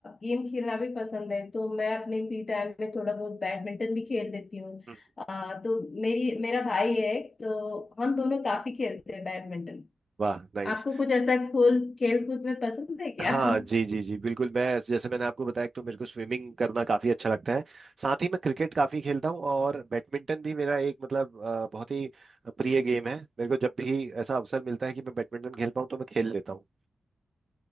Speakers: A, on the left; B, on the right.
A: गेम खेलना भी पसंद है तो मैं अपने फ्री टाइम में थोड़ा बहुत बैडमिंटन भी खेल लेती हूँ
B: हम्म।
A: अ, तो मेरी मेरा भाई है एक, तो हम दोनों काफी खेलते हैं बैडमिंटन
B: वाह नाइस
A: आपको कुछ ऐसा खोल खेल कूद में पसंद है क्या
B: हाँ
A: <laughs>
B: जी जी जी बिल्कुल मैं जैसे मैंने आपको बताया कि तो मेरे को स्विमिंग करना काफी अच्छा लगता है साथ ही मैं क्रिकेट काफी खेलता हूँ और बैडमिंटन भी मेरा एक मतलब अ, बहुत ही प्रिय गेम है मेरे को जब भी ऐसा अवसर मिलता है कि मैं बैडमिंटन खेल पाऊँ तो मैं खेल लेता हूँ